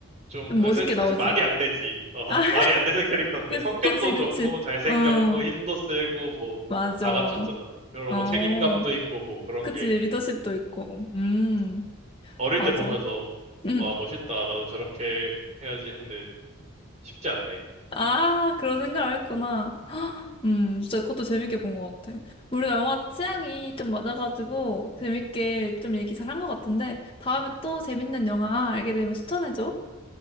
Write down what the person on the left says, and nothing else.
좀
멋있게
나오지.
아, <laughs>
그,
그치, 그치.
어,
맞아.
어,
그치,
리더십도 있고. 음,
맞아.
음,
아, 그런 생각을 했구나. 헉, 음, 진짜 그것도 재밌게 본 것 같아. 우리가 영화 취향이 좀 맞아가지고 재밌게 좀 얘기 잘 한 것 같은데, 다음에 또 재밌는 영화 알게 되면 추천해줘.